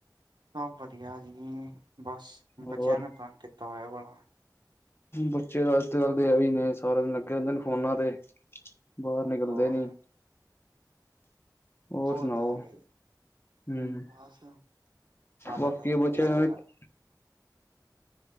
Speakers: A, on the right; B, on the left.
A: ਬਹੁਤ ਵੱਧੀਆ ਜੀ, ਬਸ
B: ਹੋਰ
A: ਬੱਚਿਆਂ ਨੇ ਤੰਗ ਕੀਤਾ ਹੋਇਆ ਬੜਾ।
B: ਬੱਚੇ ਅੱਜ ਤੇ ਗੱਲ ਤੇ ਐ ਈ ਨੇ ਸਾਰਾ ਦਿਨ ਲੱਗੇ ਰੈੰਦੇ ਨੇ ਫੋਨਾਂ ਤੇ, ਬਾਰ ਨਿਕਲਦੇ
A: ਹੋਰ
B: ਨੀ, ਹੋਰ
A: ਓਹ
B: ਸੁਣਾਓ
A: ਤਾਂ ਹੈਗਾ ਈ,
B: ਹੂੰ
A: ਬਸ ਸਾਡਾ
B: ਬਾਕੀ
A: ਟਾਈਮ ਵਧੀੱਆ
B: ਬੱਚਿਆਂ ਨੂੰ
A: ਸੀਗਾ,
B: ਵੀ